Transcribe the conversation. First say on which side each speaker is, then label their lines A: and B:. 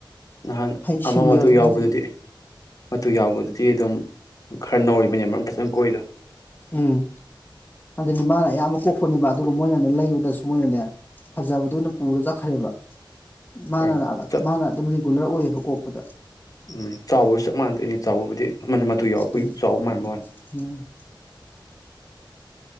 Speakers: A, on the left (about 45°); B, on the left (about 25°).
A: ꯅꯍꯥꯟ
B: ꯍꯩ ꯁꯤꯡꯈ꯭ꯔꯕ
A: ꯑꯃ ꯃꯇꯨ ꯌꯥꯎꯕꯗꯨꯗꯤ
B: ꯏꯃꯨꯡ
A: ꯃꯇꯨ ꯌꯥꯎꯕꯗꯨꯗꯤ ꯑꯗꯨꯝ ꯈꯔ ꯅꯧꯔꯤꯕꯅꯦ ꯃꯔꯨꯝ ꯐꯖꯅ ꯀꯣꯛꯏꯗꯣ
B: ꯎꯝ ꯑꯗꯨꯗꯤ ꯃꯥꯅ ꯑꯌꯥꯝꯕ ꯀꯣꯛꯄꯅꯦꯕ ꯑꯗꯨꯒ ꯃꯣꯏꯅꯅꯦ ꯂꯩꯕꯗꯁꯨ ꯃꯣꯏꯅꯅꯦ ꯐꯖꯕꯗꯨꯅ ꯄꯨꯔ ꯆꯠꯈ꯭ꯔꯦꯕ ꯃꯥꯅ
A: ꯍꯣꯏꯅꯦ
B: ꯂꯗ
A: ꯆꯞ
B: ꯃꯥꯅꯗ ꯔꯤꯒꯨꯂꯔ ꯑꯣꯏꯌꯦꯕ ꯀꯣꯛꯄꯗ
A: ꯎꯝ ꯆꯥꯎꯕꯁꯨ ꯆꯞ ꯃꯥꯟꯅꯗꯣꯏ ꯑꯅꯤ ꯆꯥꯎꯕꯕꯨꯗꯤ ꯃꯥꯅꯦ ꯃ ꯇꯨ ꯌꯥꯎꯕꯩ
B: ꯎꯝ
A: ꯆꯥꯎ ꯃꯥꯟ ꯋꯥ
B: ꯎꯝ